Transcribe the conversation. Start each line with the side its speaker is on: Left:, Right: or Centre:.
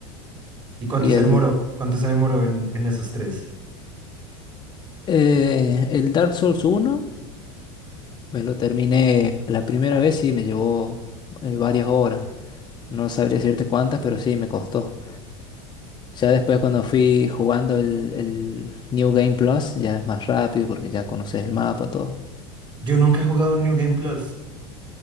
Right: ¿Y cuánto
Left: Y
Right: se
Left: el,
Right: demoró? ¿Cuánto se demoró en, en esos tres?
Left: eh, el Dark Souls uno me lo terminé la primera vez, sí, me llevó eh, varias horas. No sabría decirte cuántas, pero sí, me costó. Ya después cuando fui jugando el, el New Game Plus, ya es más rápido porque ya conoces el mapa, todo.
Right: Yo nunca he jugado un New Game Plus.